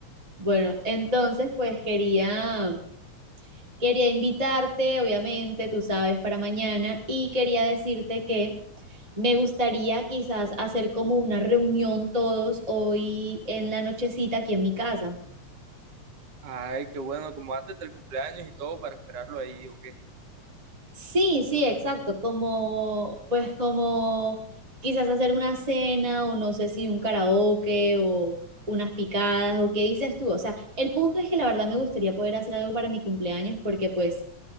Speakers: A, on the right; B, on the right.
A: Bueno, entonces pues quería, quería invitarte, obviamente, tú sabes, para mañana y quería decirte que me gustaría quizás hacer como una reunión todos hoy en la nochecita aquí en mi casa.
B: Ay, qué bueno, como antes del cumpleaños y todo para esperarlo ahí, ¿o qué?
A: Sí, sí, exacto, como, pues como quizás hacer una cena o no sé si un karaoke o unas picadas o qué dices tú, o sea, el punto es que la verdad me gustaría poder hacer algo para mi cumpleaños porque pues,